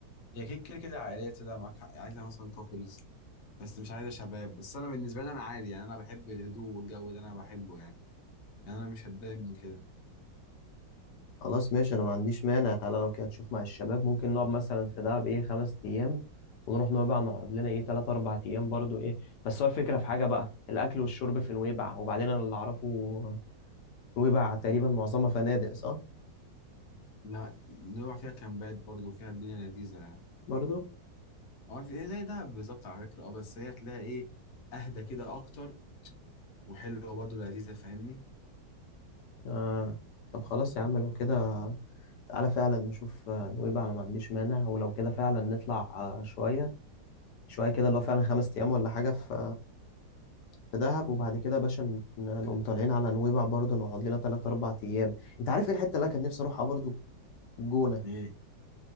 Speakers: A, on the left (about 55°); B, on the left (about 70°).
A: هي كده كده كده عائلية كده معاك حق عايزة مثلا كابلز بس مش عايزة شباب بس أنا بالنسبة لي أنا عادي يعني أنا بحب الهدوء والجو ده أنا بحبه يعني يعني انا مش هتضايق من كده
B: خلاص ماشي انا ما عنديش مانع تعالى لو كده نشوف مع الشباب ممكن نقعد مثلا في دهب ايه خمس ايام ونروح نويبع نقعد لنا ايه تلات اربع ايام برضو ايه بس هو الفكره في حاجه بقى الاكل والشرب في نويبع وبعدين انا اللي اعرفه نويبع تقريبا معظمها فنادق صح
A: لا نروح فيها كامبات برضه فيها الدنيا لذيذه يعني
B: برضو
A: اه في- زي ده بالظبط على فكره اه بس هي تلاقي ايه اهدى كده اكتر وحلوه برضه لذيذه فاهمني
B: آه. طب خلاص يا عم لو كده تعالى فعلا نشوف آه، نويبع انا ما عنديش مانع ولو كده فعلا نطلع آه، شويه شويه كده اللي هو فعلا خمس ايام ولا حاجه في في دهب وبعد كده يا باشا ن- نقوم طالعين على نويبع برضه نقعد لنا تلات أربع أيام أنت عارف إيه الحتة اللي أنا كان نفسي أروحها برضه الجونة
A: ايه